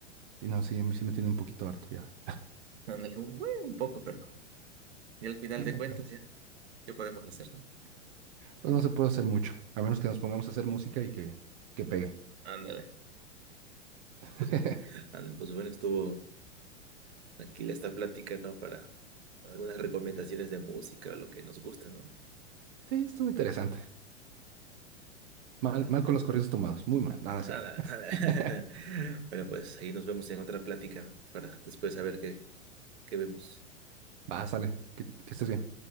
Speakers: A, on the right; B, on the right.
A: Sí, no, sí, a mí sí me tiene un poquito harto ya.
B: Ándale, un, bueno, un poco, pero no. Y al final
A: Sí,
B: de
A: no
B: cuentas
A: tan-
B: ya, ¿qué podemos hacer, no?
A: Pero no se puede hacer mucho, a menos que nos pongamos a hacer música y que, que pegue.
B: Ándale.
A: <laughs>
B: Pues, ándale, pues bueno, estuvo tranquila esta plática, ¿no? Para algunas recomendaciones de música, lo que nos gusta, ¿no?
A: Sí, estuvo interesante. Mal,
B: Ándale,
A: mal con los corridos tumbados, muy mal, nada, es
B: ándale,
A: cierto.
B: ándale.
A: <laughs>
B: <laughs> Bueno, pues ahí nos vemos en otra plática ¿no? para después saber qué, qué vemos.
A: Va, sale, que que estés bien.